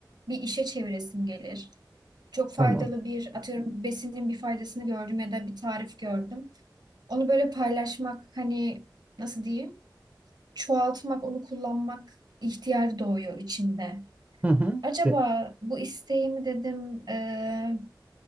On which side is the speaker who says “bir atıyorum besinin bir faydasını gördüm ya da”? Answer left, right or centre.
Right